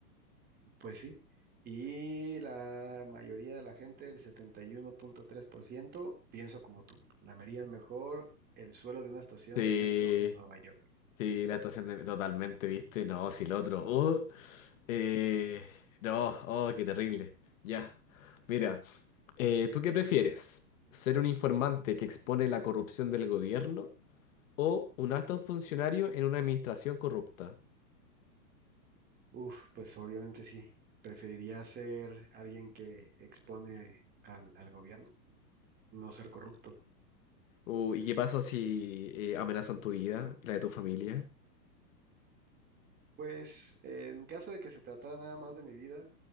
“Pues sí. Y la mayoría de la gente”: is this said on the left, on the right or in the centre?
Right